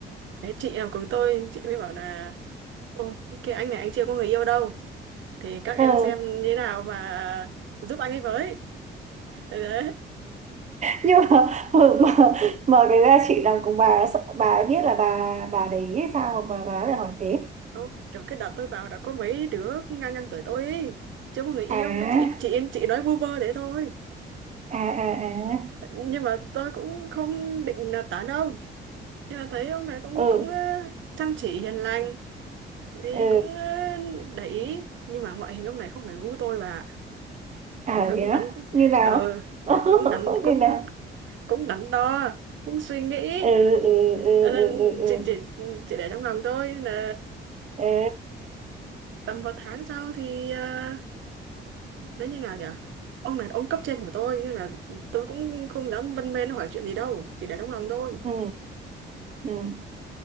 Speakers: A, on the right; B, on the right.
A: cái chị nào cùng tôi chị mới bảo là ô cái anh này anh chưa có người yêu đâu thì các
B: ừ.
A: em xem như thế nào mà giúp anh ấy với đấy, đấy.
B: Nhưng mà, mà, mà mà cái ra chị làm cùng bà, sợ bà ấy biết là bà bà để ý hay sao mà bà, bà lại hỏi thế?
A: Ô, kiểu cái đợt tôi vào đã có mấy đứa ngang ngang tuổi tôi ấy chưa có người yêu
B: À,
A: thì chị chị chị nói vu vơ thế thôi
B: à, à, à,
A: nhưng mà tôi cũng không định là tán ông nhưng mà thấy ông này cũng
B: ừ,
A: cũng ờ, chăm chỉ hiền lành thì
B: ừ.
A: cũng ờ, để ý nhưng mà ngoại hình ông này không phải gu tôi bà
B: À
A: thì thôi
B: thế
A: cũng
B: á?
A: đánh
B: Như nào?
A: ờ
B: <laughs>
A: cũng đánh cũng
B: Như nào?
A: cũng đánh đo cũng suy nghĩ
B: Ừ ừ ừ
A: Ờ, nên
B: ừ ừ ừ.
A: chỉ chỉ chỉ để trong lòng tôi nên là
B: Ê,
A: tầm một tháng sau thì ờ, nó như nào nhỉ ông này là ông cấp trên của tôi nên là tôi cũng không dám vân mên hỏi chuyện gì đâu chỉ để trong lòng thôi
B: ừ ừ